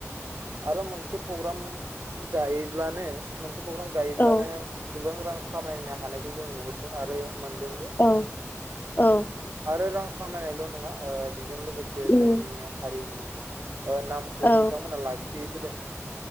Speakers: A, on the right (about 60°); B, on the left (about 35°).
A: आरो मोनसे प्रग्राम गायोब्लानो मोनसे प्रग्राम गायोब्लानो
B: औ
A: गोबां रां खामायनो हानायखौ जों नुहुरदों आरो मोनदोंबो
B: औ औ
A: आरो रां खामायनायल' नंङा ओ बेजों लोगोसे
B: उम
A: जोंनि हारिनि ओ नामखौबो
B: औ
A: बिथांमोना लाखिबोदों।